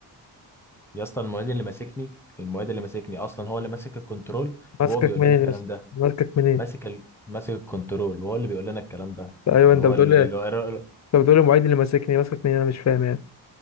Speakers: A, in the centre; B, on the left.
A: يا اسطى المعيد اللي ماسكني المعيد اللي ماسكني اصلا هو اللي ماسك الكنترول
B: ماسكك
A: وهو بيقول
B: منين
A: لنا الكلام
B: يا اسطى
A: ده
B: ماسكك منين
A: ماسك ال... ماسك الكنترول وهو اللي بيقول لنا الكلام ده
B: أيوه
A: يعني
B: أنت
A: هو
B: بتقول
A: اللي
B: لي
A: اللي هو-
B: أنت بتقول لي المعيد اللي ماسكني ماسكك منين أنا مش فاهم يعني